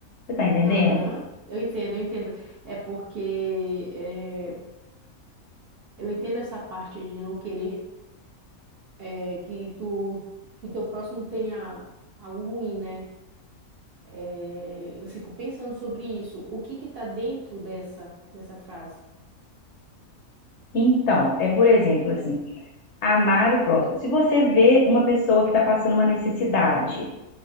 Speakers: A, on the left; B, on the right.
A: Você tá entendendo?
B: Aham. Eu entendo, eu entendo. É porque... eh, Eu entendo essa parte de não querer é, que tu que teu próximo tenha algo ruim, né? É, eu fico pensando sobre isso. O que que tá dentro dessa dessa frase?
A: Então, é por exemplo, assim, amar o próximo. Se você vê uma pessoa que está passando uma necessidade